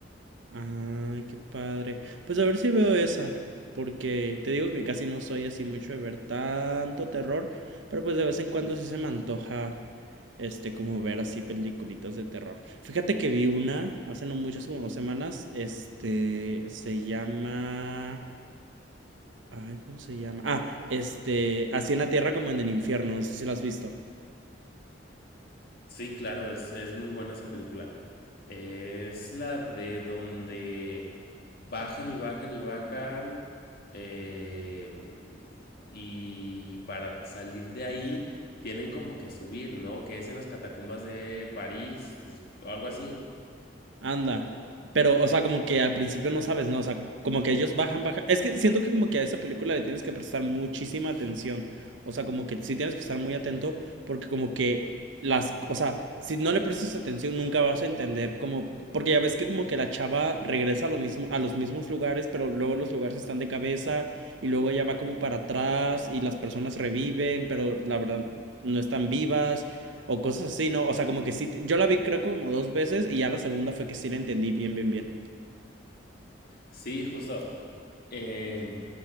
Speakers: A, on the right; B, on the left.
A: Ay, qué padre. Pues a ver si veo esa, porque te digo que casi no soy así mucho de ver tanto terror, pero pues de vez en cuando sí se me antoja, este, como ver así peliculitas de terror. Fíjate que vi una hace no mucho, hace como dos semanas, este, se llama, ay, ¿cómo se llama? Ah, este, así en la tierra como en el infierno, no sé si la has visto.
B: Sí, claro, es, es muy buena esa película. Es la de donde bajan y bajan y bajan. eh, y para salir de ahí tienen como que subir, ¿no? Que es en las catacumbas de París, o algo así.
A: anda. Pero, o sea, como que al principio no sabes, ¿no? O sea, como que ellos bajan, bajan. Es que siento que como que a esa película le tienes que prestar muchísima atención. O sea, como que sí tienes que estar muy atento porque como que las, o sea, si no le prestas atención nunca vas a entender como, porque ya ves que como que la chava regresa a lo mismo, a los mismos lugares, pero luego los lugares están de cabeza y luego ella va como para atrás y las personas reviven, pero la verdad no están vivas. O cosas así, ¿no? O sea, como que sí. Yo la vi creo como dos veces y ya la segunda fue que sí la entendí bien, bien, bien.
B: Sí, justo. Eh,